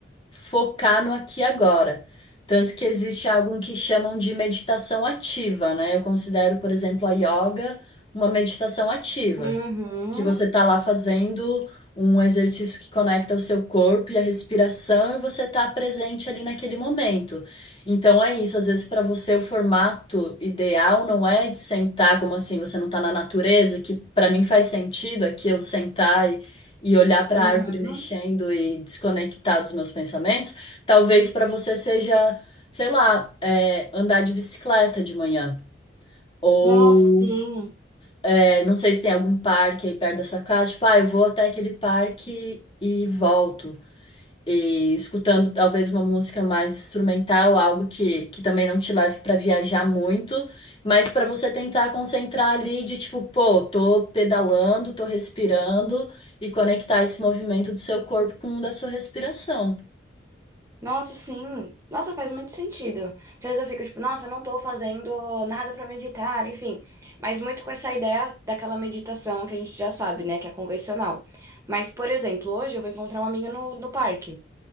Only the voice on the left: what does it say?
focar no aqui e agora. Tanto que existe algo que chamam de meditação ativa, né? Eu considero, por exemplo, a yoga uma meditação ativa.
que você tá lá fazendo um exercício que conecta o seu corpo e a respiração e você tá presente ali naquele momento. Então é isso, às vezes para você o formato ideal não é de sentar como assim, você não tá na natureza, que para mim faz sentido aqui eu sentar e E olhar para
a árvore mexendo e desconectar dos meus pensamentos, talvez para você seja, sei lá, é, andar de bicicleta de manhã, ou
é, não sei se tem algum parque aí perto da sua casa, tipo, ah, eu vou até aquele parque e volto. E escutando talvez uma música mais instrumental, algo que, que também não te leve para viajar muito, mas para você tentar concentrar ali de tipo, pô, tô pedalando, tô respirando e conectar esse movimento do seu corpo com o da sua respiração.